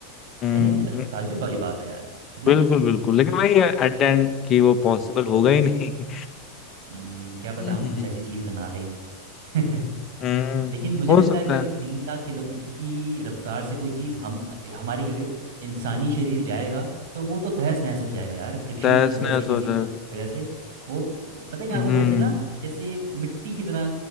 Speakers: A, on the left; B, on the right.
A: हम्म
B: कहने की ताज्जुब वाली बात है यार है ना
A: बिल्कुल बिल्कुल लेकिन वही है एट द एंड कि वो पॉसिबल होगा ही नहीं
B: हम्म, क्या पता
A: हम्म
B: हम कुछ ऐसी चीज़ बना लें <laughs>
A: हम्म
B: लेकिन मुझे
A: हो
B: लगता
A: सकता
B: है कि अगर
A: है
B: तीन लाख किलोमीटर की रफ्तार से कोई चीज़ हम हमारी अगर इंसानी शरीर जाएगा तो वो तो तहस नहस हो जाएगा यार फ्रिक्शन
A: तहस
B: की वजह
A: नहस
B: से किसी
A: हो
B: भी
A: जाएगा
B: चीज़ की वजह से वो पता है क्या
A: हम्म
B: वो जैसे ना जैसे मिट्टी की तरह